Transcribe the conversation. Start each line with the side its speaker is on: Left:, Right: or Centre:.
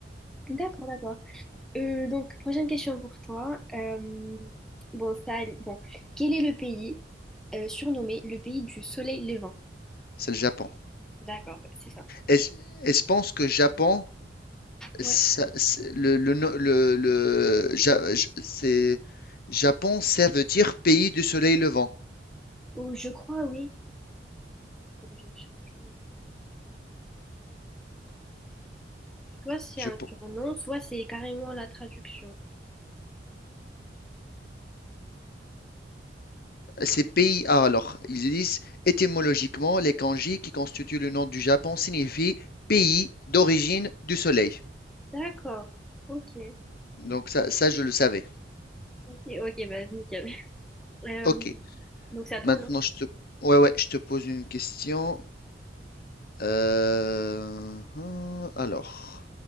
Centre: D'accord, d'accord. Euh, donc, prochaine question pour toi. Euh, bon, ça, bon, quel est le pays euh, surnommé le pays du soleil levant?
Left: C'est le Japon.
Centre: D'accord, c'est ça.
Left: Et je, et je pense que Japon, ça-
Centre: Ouais.
Left: c'est- le, le, no- le, le- Ja- Ja- c'est Japon, ça veut dire pays du soleil levant.
Centre: Oh, je crois, oui. Faut que je cherche. Soit c'est
Left: Je
Centre: un
Left: pe-
Centre: surnom, soit c'est carrément la traduction.
Left: Ces pays, ah, alors, ils disent étymologiquement, les kanji qui constituent le nom du Japon signifient pays d'origine du soleil.
Centre: D'accord. Ok.
Left: Donc ça, ça, je le savais.
Centre: Ok, ok, bah nickel. <laughs> Euh,
Left: Ok.
Centre: donc c'est à toi,
Left: Maintenant,
Centre: non?
Left: je te, ouais, ouais, je te pose une question. Euh, hum, Alors,